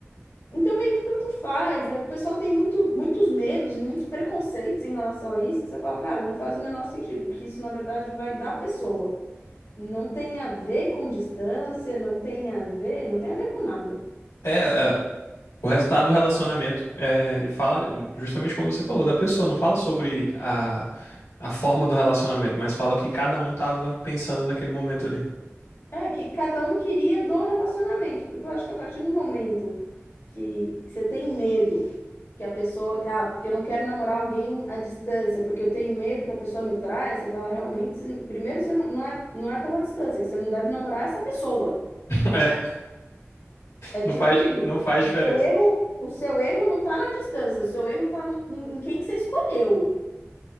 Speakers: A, on the left; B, on the left.
A: Então, meio que tanto faz. É, O pessoal tem muito, muitos medos e muitos preconceitos em relação a isso, que você fala, cara, não faz o menor sentido, porque isso, na verdade, vai da pessoa. Não tem a ver com distância, não tem a ver, não tem a ver com nada.
B: É, é, o resultado do relacionamento, é, ele fala justamente como você falou, da pessoa, não fala sobre a, a forma do relacionamento, mas fala o que cada um tava pensando naquele momento ali. <laughs>
A: É que cada um queria do relacionamento, porque eu acho que a partir do momento que, que você tem medo que a pessoa, que, ah, porque eu não quero namorar alguém à distância, porque eu tenho medo que a pessoa me traia, você fala realmente, se- primeiro você não, não é, não é pela distância, que você não deve namorar essa pessoa.
B: É.
A: É
B: Não
A: tipo
B: faz,
A: assim,
B: não faz
A: o
B: diferença.
A: seu erro, o seu erro não tá na distância, o seu erro tá no- em quem que você escolheu.